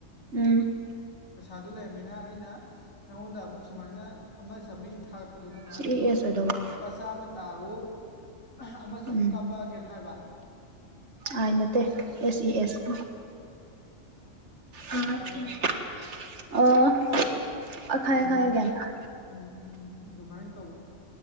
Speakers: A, on the right (about 60°); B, on the left (about 75°).
A: ꯎꯝ꯫
B: ꯄꯩꯁꯥꯗꯨ ꯂꯩꯔꯃꯤꯅ ꯑꯩꯅ ꯅꯪꯉꯣꯟꯗ ꯑꯃꯨꯛ ꯁꯨꯃꯥꯏꯅ ꯑꯃ ꯆꯥꯝꯃꯔꯤ ꯊꯥ ꯄꯗꫭ ꯅꯪꯅ
A: ꯁꯤ
B: ꯑꯗꯨꯗꯣ
A: ꯏ ꯑꯦꯁ ꯑꯣꯏꯗꯧꯕ
B: ꯂꯨꯄꯥ ꯆꯥꯝꯃ ꯇꯥꯔꯣ ꯑꯃ ꯆꯍꯨꯝ
A: ꯎꯝ
B: ꯀꯥꯞꯄꯛꯑꯒꯦꯅ ꯍꯥꯏꯕ꯫
A: ꯑꯥꯏ ꯅꯠꯇꯦ ꯑꯦꯁ ꯏ ꯑꯦꯁ꯫ <inaudible> <inaudible>
B: ꯇꯥꯕ꯭ꯔꯥ
A: ꯑꯣ꯫ ꯑ ꯈꯪꯉꯦ
B: ꯑꯗꯨꯃꯥꯏꯅ
A: ꯈꯪꯉꯦ ꯒ꯭ꯌꯥꯟ ꯇꯥꯔꯦ
B: ꯎꯝ ꯎꯝ ꯎꯝ ꯑꯗꯨꯃꯥꯏꯅ ꯇꯧꯕ꯫